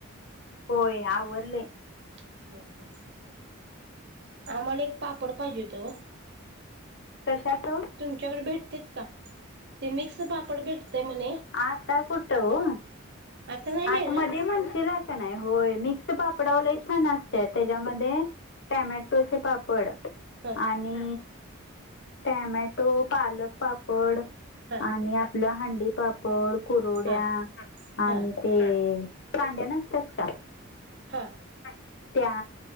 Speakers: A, on the left; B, on the right.
A: होय आवरलंय.
B: <unintelligible> आम्हाला एक पापड पाहिजे होेत ओ.
A: कश्याचं?
B: तुमच्याकडे भेटतेत का? ते मिक्स पापड भेटतय म्हणे?
A: आता कुठ ओ?
B: आता नाही मिळणार
A: आतमध्ये मंदिर हाय का नाही. होय, मिक्स पापडाव लय छान असत त्याच्यामध्ये टॉमॅटोचे पापड,
B: हा
A: आणि टॅमॅटो, पालक पापड
B: हा
A: आणि आपलं हंडी पाप प कुरोड्या
B: हा हा
A: आणि ते कांड्या नसतात का?
B: हां
A: त्या